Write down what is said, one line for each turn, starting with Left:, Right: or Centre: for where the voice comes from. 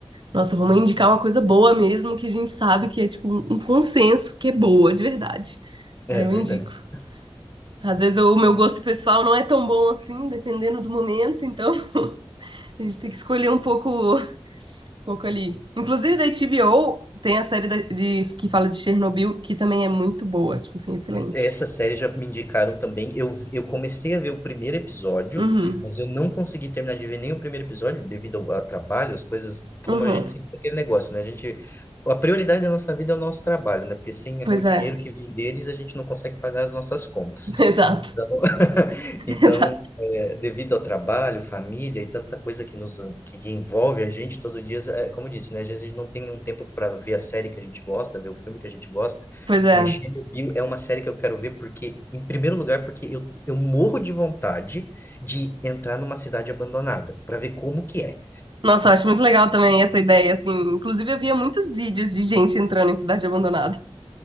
Right: nossa, vamos indicar uma coisa boa mesmo, que a gente sabe que é, tipo, um um consenso que é boa, de verdade.
Left: É
Right: Aí eu
Left: verdade.
Right: indico. Às vezes o meu gosto pessoal não é tão bom assim, dependendo do momento, então <laughs> a gente tem que escolher um pouco, um pouco ali. Inclusive da HBO tem a série da- de, que fala de Chernobyl, que também é muito boa, tipo assim, excelente.
Left: Essa série já me indicaram também. Eu, eu comecei a ver o primeiro episódio,
Right: Uhum,
Left: mas eu não consegui terminar de ver nem o primeiro episódio devido ao, ao trabalho, as coisas,
Right: uhum.
Left: como a gente sempre aquele negócio, né? A gente, a prioridade da nossa vida é o nosso trabalho, né? Porque sem
Right: Pois
Left: o dinheiro
Right: é,
Left: que vem deles, a gente não consegue pagar as nossas contas.
Right: <laughs> exato,
Left: Então, <laughs> então
Right: exato.
Left: é, devido ao trabalho, família e tanta coisa que nos que que envolve a gente todo dia, é, como eu disse, né? Às vezes a gente não tem um tempo para ver a série que a gente gosta, ver o filme que a gente gosta.
Right: Pois é.
Left: Mas Chernobyl é uma série que eu quero ver porque, em primeiro lugar, porque eu, eu morro de vontade de entrar numa cidade abandonada para ver como que é.
Right: Nossa, eu acho muito legal também essa ideia, assim. Inclusive eu via muitos vídeos de gente entrando em cidade abandonada.